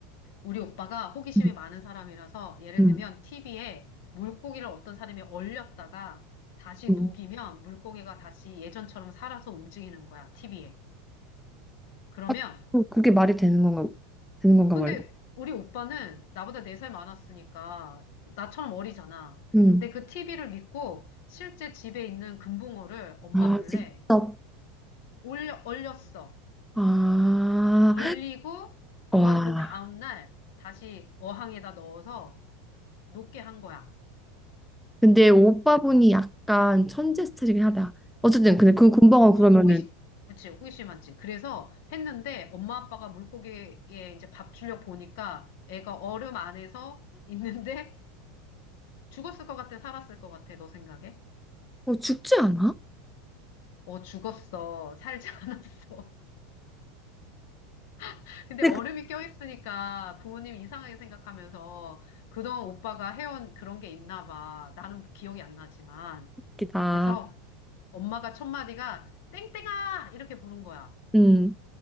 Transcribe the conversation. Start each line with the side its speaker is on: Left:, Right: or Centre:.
Left: 우리 오빠가 호기심이
Centre: 음,
Left: 많은 사람이라서 예를
Centre: 음,
Left: 들면 TV에 물고기를 어떤 사람이 얼렸다가 다시
Centre: 응
Left: 녹이면 물고기가 다시 예전처럼 살아서 움직이는 거야, TV에. 그러면,
Centre: 아, 그- 그게 말이 되는 건가, 되는 건가,
Left: 근데
Centre: 원래?
Left: 우리 오빠는 나보다 4살 많았으니까 나처럼 어리잖아.
Centre: 음.
Left: 근데 그 TV를 믿고 실제 집에 있는 금붕어를 엄마
Centre: 아,
Left: 몰래
Centre: 직접.
Left: 올려, 얼렸어.
Centre: 아,
Left: 얼리고 그걸
Centre: 와.
Left: 그 다음날 다시 어항에다 넣어서 녹게 한 거야.
Centre: 근데 오빠분이 약간 천재 스타일이긴 하다. 어쨌든, 근데 그 군방어 그러면은,
Left: 어, 호기심, 그치, 호기심 많지. 그래서 했는데 엄마 아빠가 물고기에 이제 밥 주려고 보니까 애가 얼음 안에서 있는데 <laughs> 죽었을 것 같아, 살았을 것 같아, 너 생각에?
Centre: 어, 죽지 않아?
Left: 어, 죽었어. 살지 않았어. <laughs> 근데
Centre: 근데
Left: 얼음이
Centre: 그게
Left: 껴있으니까 부모님 이상하게 생각하면서 그동안 오빠가 해온 그런 게 있나 봐. 나는 기억이 안 나지만.
Centre: 웃기다.
Left: 그래서 엄마가 첫 마디가 땡땡아! 이렇게 부른 거야.
Centre: 음.